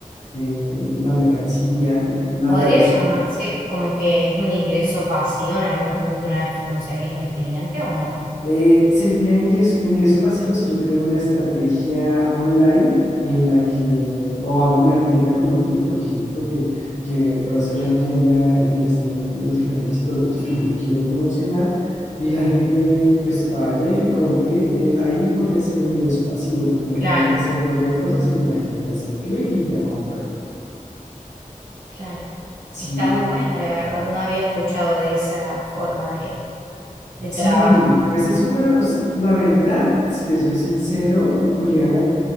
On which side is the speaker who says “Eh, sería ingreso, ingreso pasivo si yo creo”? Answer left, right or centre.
Left